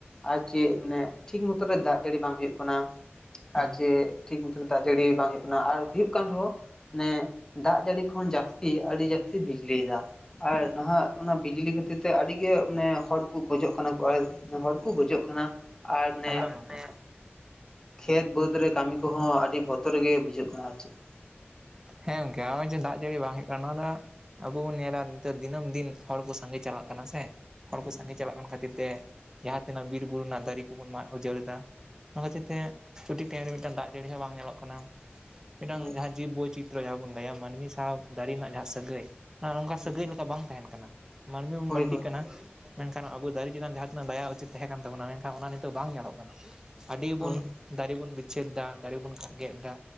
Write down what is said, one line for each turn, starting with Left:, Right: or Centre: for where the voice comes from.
Left: ᱟᱨ ᱪᱮᱫ ᱢᱟᱱᱮ ᱴᱷᱤᱠ ᱢᱚᱛᱚ ᱨᱮ ᱫᱟᱜ ᱡᱟᱹᱲᱤ ᱵᱟᱝ ᱦᱩᱭᱩᱜ ᱠᱟᱱᱟ
Right: ᱦᱮᱸ
Left: ᱟᱨ ᱡᱮ ᱴᱷᱤᱠ ᱢᱚᱛᱚ ᱫᱟᱜ ᱡᱟᱹᱲᱤ ᱵᱟᱝ ᱦᱳᱭᱳᱜ ᱠᱟᱱᱟ ᱟᱨ ᱦᱳᱭᱳᱜ ᱠᱟᱱ ᱨᱮᱦᱚᱸ ᱢᱟᱱᱮ ᱫᱟᱜ ᱡᱟᱹᱲᱤ ᱠᱷᱚᱱ ᱡᱟᱹᱥᱛᱤ ᱟᱹᱰᱤ ᱡᱟᱹᱥᱛᱤ ᱵᱤᱡᱽᱞᱤᱭᱮᱫᱟ ᱟᱨ ᱱᱟᱦᱟᱜ ᱚᱱᱟ ᱵᱤᱡᱽᱞᱤ ᱠᱷᱟᱹᱛᱤᱨ ᱛᱮ ᱟᱹᱰᱤᱜᱮ ᱢᱟᱱᱮ ᱦᱚᱲᱠᱚ ᱜᱚᱡᱚᱜ ᱠᱟᱱᱟ ᱠᱚ ᱟᱨ ᱦᱚᱲ ᱠᱚ ᱜᱚᱡᱚᱜ ᱠᱟᱱᱟ ᱟᱨ ᱢᱟᱱᱮ
Right: ᱮᱠᱫᱚᱢ ᱜᱚᱢᱠᱮ
Left: ᱠᱷᱮᱛ ᱵᱟᱹᱫᱽ ᱨᱮ ᱠᱟᱹᱢᱤ ᱠᱚᱦᱚᱸ ᱟᱹᱰᱤ ᱵᱚᱛᱚᱨ ᱜᱮ ᱵᱩᱡᱷᱟᱹᱜ ᱠᱟᱱᱟ ᱟᱨ ᱪᱮᱫ
Right: ᱦᱮᱸ ᱜᱚᱝᱠᱮ ᱱᱚᱜᱼᱚᱭ ᱡᱮ ᱫᱟᱜ ᱡᱟᱹᱲᱤ ᱵᱟᱝ ᱦᱩᱭᱩᱜ ᱠᱟᱱᱟ ᱱᱚᱣᱟ ᱫᱚ ᱟᱵᱚ ᱵᱚᱱ ᱧᱮᱞᱟ ᱱᱤᱛᱚᱜ ᱫᱤᱱᱟᱹᱢ ᱫᱤᱱ ᱦᱚᱲ ᱠᱚ ᱥᱟᱸᱜᱮ ᱪᱟᱞᱟᱜ ᱠᱟᱱᱟ ᱥᱮ ᱦᱚᱲ ᱠᱚ
Left: ᱦᱩᱸ
Right: ᱥᱟᱸᱜᱮ ᱪᱟᱞᱟᱜ ᱠᱟᱱ ᱠᱷᱟᱹᱛᱤᱨ ᱛᱮ ᱡᱟᱦᱟᱸ ᱛᱮᱱᱟᱜ ᱵᱤᱨᱵᱩᱨᱩ ᱨᱮᱱᱟᱜ ᱫᱟᱨᱮ ᱠᱚᱵᱚᱱ ᱢᱟᱜ ᱩᱡᱟᱹᱲ ᱮᱫᱟ ᱚᱱᱟ ᱠᱷᱟᱹᱛᱤᱨ ᱛᱮ ᱥᱚᱴᱷᱤᱠ ᱴᱟᱭᱤᱢ ᱨᱮ ᱢᱤᱫᱴᱟᱝ ᱫᱟᱜ ᱡᱟᱹᱲᱤ ᱦᱚᱸ ᱵᱟᱝ ᱧᱮᱞᱚᱜ ᱠᱟᱱᱟ ᱢᱤᱫᱴᱟᱝ
Left: ᱦᱳᱭ
Right: ᱡᱟᱦᱟᱸ ᱡᱤᱵ ᱵᱳᱭᱪᱤᱛᱨᱚ <unintelligible> ᱡᱟᱦᱟᱸ ᱵᱚᱱ ᱞᱟᱹᱭᱟ ᱢᱟᱹᱱᱢᱤ ᱥᱟᱶ ᱫᱟᱨᱮ ᱨᱮᱱᱟᱜ ᱡᱟᱦᱟᱸ ᱥᱟᱹᱜᱟᱹᱭ, ᱦᱮᱸ ᱱᱚᱝᱠᱟ ᱥᱟᱹᱜᱟᱹᱭ
Left: ᱦᱩᱸ
Right: ᱞᱮᱠᱟ ᱵᱟᱝ ᱛᱟᱦᱮᱱ ᱠᱟᱱᱟ ᱢᱟᱹᱱᱢᱤ ᱵᱚᱱ
Left: ᱦᱳᱭ
Right: ᱵᱟᱹᱲᱛᱤᱜ
Left: ᱦᱳᱭ
Right: ᱠᱟᱱᱟ ᱢᱮᱱᱠᱷᱟᱱ ᱟᱵᱚ ᱫᱟᱨᱮ ᱪᱮᱛᱟᱱ ᱡᱟᱦᱟᱸ ᱛᱤᱱᱟᱹᱜ ᱫᱟᱭᱟ ᱩᱪᱤᱛ ᱛᱟᱦᱮᱸ ᱠᱟᱱ ᱛᱟᱵᱚᱱᱟ ᱢᱮᱱᱠᱷᱟᱱ ᱚᱱᱟ ᱱᱤᱛᱚᱜ ᱵᱟᱝ ᱧᱮᱞᱚᱜ ᱠᱟᱱᱟ ᱟᱹᱰᱤ ᱵᱚᱱ
Left: ᱦᱳᱭ
Right: ᱫᱟᱨᱮ ᱵᱚᱱ ᱵᱤᱪᱷᱮᱫ ᱫᱟ ᱫᱟᱨᱮ ᱵᱚᱱ ᱜᱮᱫ ᱮᱫᱟ